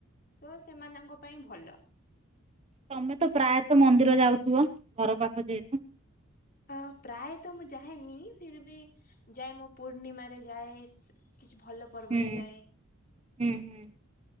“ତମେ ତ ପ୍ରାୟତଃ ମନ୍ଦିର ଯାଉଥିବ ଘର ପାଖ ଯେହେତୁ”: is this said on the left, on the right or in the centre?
Right